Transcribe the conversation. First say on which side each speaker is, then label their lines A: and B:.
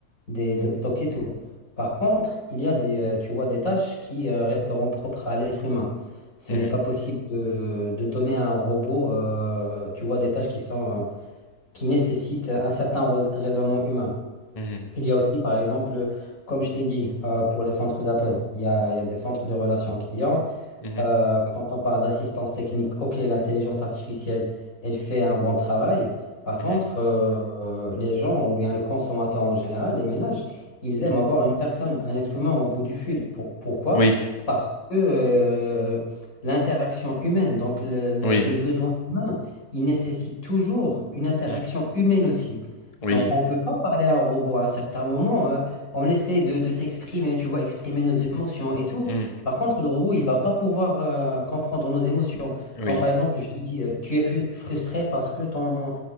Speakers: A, on the left; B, on the left.
A: des, des stocks et tout. Par contre, il y a des, euh, tu vois, des tâches qui euh, resteront propres à l'être humain. Ce
B: Mhm.
A: n'est pas possible de, de donner à un robot, euh, tu vois, des tâches qui sont, euh, qui nécessitent un certain rais- raisonnement humain.
B: Mhm.
A: Il y a aussi, par exemple, comme je t'ai dit, euh, pour les centres d'appel, il y a, il y a des centres de relations clients.
B: Mhm. Mhm.
A: Euh, quand on parle d'assistance technique, ok, l'intelligence artificielle, elle fait un bon travail. Par
B: Mhm.
A: contre, euh, euh, les gens, ou bien le consommateur en général, les ménages, ils aiment
B: Mhm.
A: avoir une personne, un être humain au bout du fil. Pour- pourquoi?
B: Oui,
A: Parce que euh, l'interaction humaine, donc le, le-
B: oui,
A: le besoin humain, il nécessite toujours une interaction
B: Mhm.
A: humaine aussi.
B: oui,
A: Donc, on ne peut pas parler à un robot à un certain moment. euh, on essaie de, de s'exprimer, tu vois, exprimer nos émotions et tout.
B: Mhm.
A: Par contre, le robot, il va pas pouvoir euh, comprendre nos émotions.
B: oui.
A: Donc, par exemple, je te dis, euh, tu es fu- frustré parce que ton,